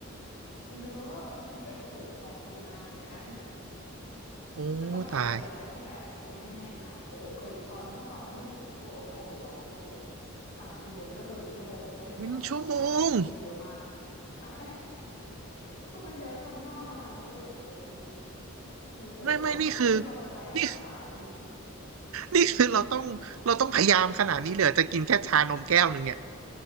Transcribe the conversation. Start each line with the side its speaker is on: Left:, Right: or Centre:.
Left: คนเยอะบางทีก็โอ้โหต่อคิวนานเหมือนกัน
Right: โอ้ตาย
Left: ก็ต้องไปเวลาที่แบบคนไม่แน่นอ่ะโอ้โหเคยตอนเมื่อก่อนที่มีอยู่เซ็นทรัลเวิลด์นะโอ้โหรอไปชั่วโมงอ่ะสั่งทีนึงก็คืออีกชั่วโมงหนึ่งค่อยเดินมารับเพราะว่าคิวเยอะมาก
Right: เป็นชั่วโมง
Left: <laughs> ใช่ <laughs> คือมันเยอะทั้งหน้าร้านแล้วก็เดลิเวอรี่ไงคือโหดมากไม่ยอมจะขยายสาขาสักที
Right: ไม่ไม่นี่คือนี่นี่คือเราต้องเราต้องพยายามขนาดนี้เลยเหรอจะกินแค่ชานมแก้วหนึ่งเนี่ย